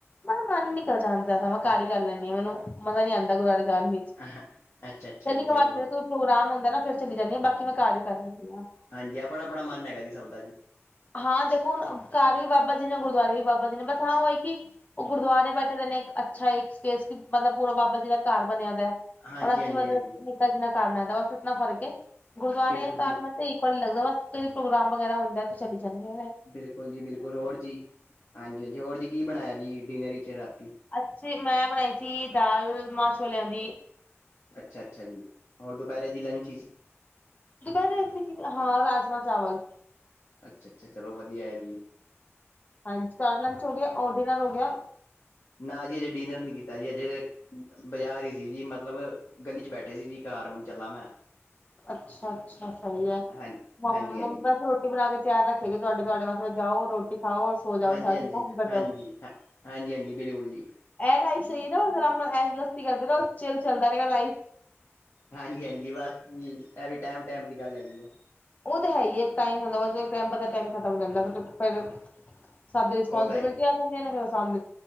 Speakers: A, on the left; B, on the left.
A: ਮੈਂ ਮਨ ਨੀ ਕਰ ਜਾਂਣਦਾ ਮੈਂ ਘਰ ਕਰ ਲੈਂਦੀ ਹਾਂ ਮੈਨੂੰ ਮਜ਼ਾ ਨੀ ਆਉਂਦਾ ਗੁਰਦੁਆਰੇ ਜਾਣ ਵਿਚ
B: <unintelligible> <unintelligible>
A: ਕਦੀ ਕ
B: ਚਲੋ
A: ਵਾਰ 'ਚ ਕੋਈ ਪ੍ਰੋਗਰਾਮ ਹੁੰਦਾ ਨਾ ਫਿਰ ਚੱਲ ਜਾਂਦੀ ਹਾਂ ਬਾਕੀ ਮੈਂ ਘਰ ਹੀ ਕਰ ਲੈਂਦੀ ਹਾਂ।
B: ਹਾਂਜੀ ਆਪਣਾ- ਆਪਣਾ ਮਨ ਹੈਗਾ ਜੀ ਸਭ ਦਾ ਜੀ।
A: ਹਾਂ ਦੇਖੋ ਹੁਣ ਘਰ ਵੀ ਬਾਬਾ ਜੀ ਨੇ ਗੁਰਦੁਆਰੇ ਵੀ ਬਾਬਾ ਜੀ ਨੇ ਬਸ ਹਾਂ ਉਹ ਹੈ ਕਿ ਉਹ ਗੁਰਦੁਆਰੇ ਬੈਠੇ ਦੇ ਨੇ ਅੱਛਾ ਇੱਕ ਸਪੇਸ ਮਤਲਬ ਪੂਰਾ ਬਾਬਾ ਜੀ ਦਾ ਘਰ ਬਣਿਆ ਦਾ ਹੈ।
B: ਹਾਂਜੀ-ਹਾਂਜੀ,
A: ਔਰ ਅਸੀਂ ਮਤਲਬ
B: ਹਾਂਜੀ ਹਾਂਜੀ,
A: ਨਿੱਕਾ ਜਿੰਨਾ ਕਾਰਨਾ ਆਂਦਾ ਬਸ ਇਤਨਾ ਫਰਕ ਹੈ ਗੁਰਦੁਆਰੇ
B: ਬਿਲਕੁਲ
A: ਜਾਂ ਕਾਰ
B: ਜੀ
A: ਮ ਤੇ ਇੱਕ ਵਾਰੀ ਲੱਗਦਾ ਬਸ ਕਈ ਪ੍ਰੋਗਰਾਮ ਵਗੈਰਾ ਹੁੰਦਾ ਤੇ ਚਲੀ ਜਾਂਦੀ ਹਾਂ।
B: ਬਿਲਕੁਲ ਜੀ ਬਿਲਕੁਲ ਹੋਰ ਜੀ, ਹਾਂਜੀ -ਹਾਂਜੀ ਹੋਰ ਜੀ ਕੀ ਬਣਾਇਆ ਜੀ ਡਿਨਰ ਵਿਚ ਰਾਤੀ
A: ਅੱਛੇ ਮੈਂ ਬਣਾਈ ਸੀ ਦਾਲ ਮਾਂ ਛੋਲਿਆਂ ਦੀ।
B: ਅੱਛਾ ਅੱਛਾ ਜੀ ਹੋ ਦੁਪਹਿਰ ਜੀ ਲੰਚ <unintelligible>
A: ਦੁਪਹਿਰੇ ਅਸੀ ਕਿ ਹਾਂ ਰਾਜਮਾ ਚਾਵਲ
B: ਅੱਛਾ ਅੱਛਾ, ਚਲੋ ਵਧੀਆ ਹੈ ਜੀ।
A: ਹਾਂਜੀ ਤੁਹਾਡਾ ਲੰਚ ਹੋ ਗਿਆ ਔਰ ਡਿਨਰ ਹੋ ਗਿਆ।
B: ਨਾ ਜੀ ਅਜੇ ਡਿਨਰ ਨੀ ਕੀਤਾ ਜੀ ਅਜੇ ਬਾਜ਼ਾਰ ਹੀ ਸੀ ਜੀ ਮਤਲਬ ਗਲੀ ਚ ਬੈਠੇ ਸੀ ਜੀ ਘਰ ਹੁਣ ਚੱਲਾਂ ਮੈਂ
A: ਅੱਛਾ- ਅੱਛਾ ਸਹੀ ਹੈ।
B: ਹਾਂ
A: <unintelligible>
B: ਹਾਂਜੀ-ਹਾਂਜੀ,
A: ਰੋਟੀ ਬਣਾ ਕੇ ਤਿਆਰ ਰੱਖੇਗੀ ਤੁਡੇ- ਤੁਹਾਡੇ ਵਾਸਤੇ ਜਾਓ ਰੋਟੀ ਖਾਓ। ਸੋ ਜਾਓ
B: ਹਾਂਜੀ-
A: ਜਾ
B: ਹਾਂਜੀ-
A: ਕੇ ਕੰਮ ਖਤਮ
B: ਹਾਂਜੀ ਆ। ਹਾਂਜੀ -ਹਾਂਜੀ ਬਿਲਕੁਲ ਜੀ।
A: ਇਹ ਲਾਈਫ ਸਹੀ ਹੈ ਨਾਰਾ ਐਸਤੀ ਕਰਦੇ ਰ ਚੇਲ ਚੱਲਦਾ ਰਹੇਗਾ ਲਾਈਫ।
B: ਹਾਂਜੀ-ਹਾਂਜੀ ਬਸ ਵੀ, ਇਹ ਵੀ ਟਾਇਮ ਟਾਇਮ ਦੀ ਗੱਲ ਹੈਗੀ ਆ।
A: ਉਹ ਤਾਂ ਹੈ ਹੀ ਟਾਈਮ ਹੁੰਦਾ ਟਮ- ਟਮ ਖਤਮ ਹੋ ਜਾਂਦਾ। ਫ ਫਿਰ ਸਾਡੀ ਰਿਸਪੋਂਸੀਬਿਲਿਟੀ
B: ਉਹ ਤਾਂ ਹੈ
A: ਆ ਜਾਂਦੀ ਨਾ ਕੰਮ